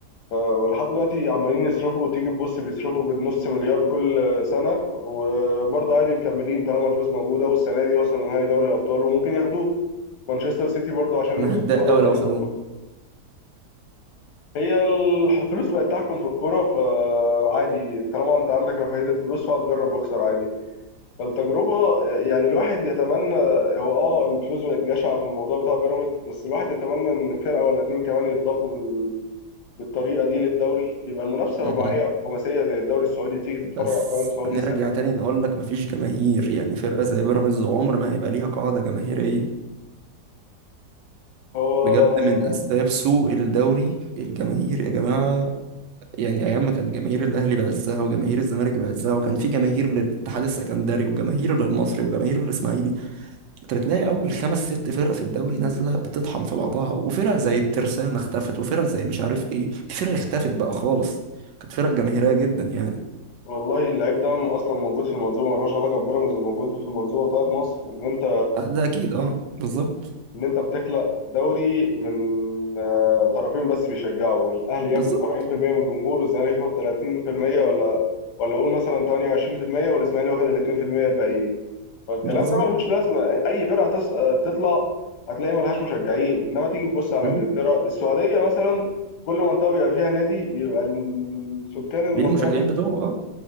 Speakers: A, on the left (about 80°); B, on the right (about 90°).
A: ف- ولحد دلوقتي عمالين يصرفوا وتيجي تبص بيصرفوا بالنص مليار كل سنة وبرضه عادي مكملين طالما الفلوس موجودة والسنة دي وصلوا نهائي دوري الأبطال وممكن ياخدوه مانشستر سيتي برضه عشان
B: انا
A: يوصل
B: هتضايق
A: دوري
B: قوي
A: أبطال
B: لو خدوه
A: أوروبا هي ال- الفلوس بقت تحكم في الكورة فعادي طالما أنت عندك رفاهية الفلوس فهتجرب واخسر عادي فالتجربة يعني الواحد يتمنى هو اه الفلوس بقت جشعة في الموضوع بتاع بيراميدز بس الواحد يتمنى إن فرقة ولا اتنين كمان يتضافوا بالطريقه دي للدوري يبقى المنافسه
B: مم.
A: رباعيه ولا خماسيه زي الدوري السعودي تيجي تتفرج
B: بس
A: على الدوري السعودي
B: نرجع
A: السنه دي
B: تاني نقول لك مفيش جماهير يعني فرقة زي بيراميدز عمر ما هيبقى ليها قاعدة جماهيرية
A: هو
B: بجد من اسباب سوء الدوري الجماهير يا جماعه يعني ايام ما كان جماهير الاهلي بعزها وجماهير الزمالك بعزها وكان في جماهير للاتحاد السكندري وجماهير للمصري وجماهير للاسماعيلي انت بتلاقي اول خمس ست فرق في الدوري نازله بتطحن في بعضها وفرق زي الترسانه اختفت وفرق زي مش عارف ايه في فرق اختفت بقى خالص كانت فرق جماهيريه جدا يعني
A: والله اللعيب ده اصلا موجود في المنظومه ملوش علاقه ببيراميدز اللي موجود في المنظومه بتاعت مصر ان انت
B: آه، ده اكيد اه بالظبط
A: ان انت بتخلق دوري من آه، طرفين بس بيشجعوا الاهلي ياخد
B: بالظبط
A: 70% من الجمهور والزمالك ياخد 30% ولا ولا اقول مثلا 28% والاسماعيلي واخد ال 2% الباقيين فالكلام
B: بالظبط
A: ده ملهوش لازمه اي فرقه تس... تطلع هتلاقي ملهاش مشجعين انما تيجي تبص على
B: مم.
A: انجلترا السعوديه مثلا كل منطقه بيبقى فيها نادي بيبقى ال- سكان المنطقه
B: ليه المشجعين
A: دي
B: بتوعه اه